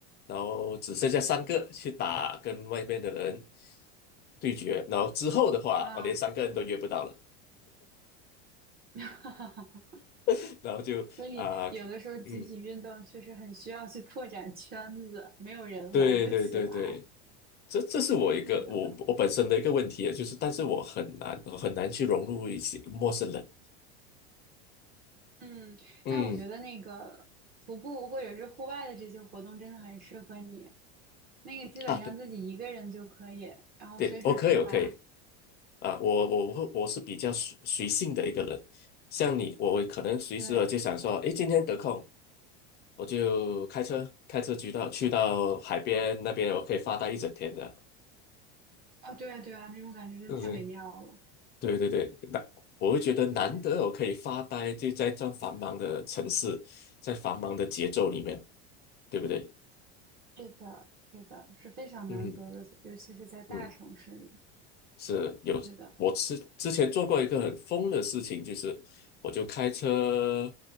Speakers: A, on the left; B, on the right.
A: 然后只剩下三个去打跟外面的人对决，然后之后的话，
B: 啊，
A: 我连三个人都约不到了，
B: <laughs>
A: <laughs> 然后就啊、
B: 所以有的时候集体运动确实很需要去拓展圈子，
A: 嗯，
B: 没有人玩不起来。
A: 对对对对。这这是我一个我我本身的一个问题，
B: 是的。
A: 啊，就是但是我很难我很难去融入一些陌生人
B: 嗯，
A: 嗯
B: 那我觉得那个徒步或者是户外的这些活动真的很适合你，那个基本上自己一个人就可以，
A: 啊，对
B: 然后随时出发。
A: 对，我可以我可以啊，我我会我是比较随随性的一个人，像你，我可能随时我就想说，
B: 对，
A: 诶，今天得空，我就开车开车去到去到海边那边，我可以发呆一整天的，
B: 啊，对啊，对啊，那种感觉真的太美妙了。
A: 嗯，对对对，那我会觉得难得我可以发呆，
B: 对，
A: 就在这样繁忙的城市，在繁忙的节奏里面，对不对？
B: 是的，是的，是非常难得的，
A: 嗯。
B: 尤其是在大城市里。
A: 嗯，是有，
B: 是的，
A: 我之之前做过一个很疯的事情，就是我就开车